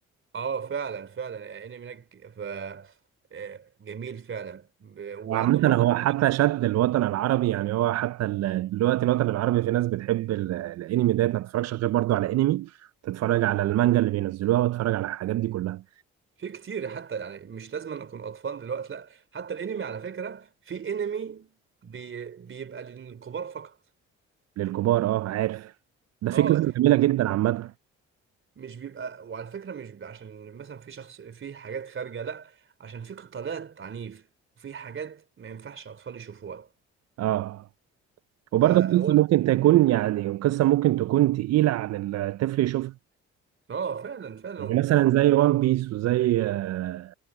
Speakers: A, on the right (about 40°); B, on the right (about 60°).
A: اه فعلا فعلا الانمي هناك ف آه، جميل فعلا ب-
B: وعامة
A: وعنده برضه
B: هو حتى شد الوطن العربي يعني هو حتى ال- دلوقتي الوطن العربي في ناس بتحب ال- الانمي ده ما تتفرجش غير برضه على انمي تتفرج على المانجا اللي بينزلوها وتتفرج على الحاجات دي كلها
A: في كتير حتى يعني مش لازم أن اكون اطفال دلوقتي لا حتى الانمي على فكره في انمي بي بيبقى للكبار فقط
B: للكبار اه عارف ده في
A: اه
B: قصة جميلة
A: يعني
B: جدا عامة
A: مش بيبقى وعلى فكره مش بيبقى عشان مثلا في شخص في حاجات خارجه لا عشان في قتالات عنيف وفي حاجات ما ينفعش اطفال يشوفوها
B: اه وبرضه
A: فهو
B: القصة
A: ال-
B: ممكن تكون يعني قصة ممكن تكون تقيلة عن الطفل يشوفها
A: اه فعلا فعلا
B: يعني مثلا زي وان بيس وزي اه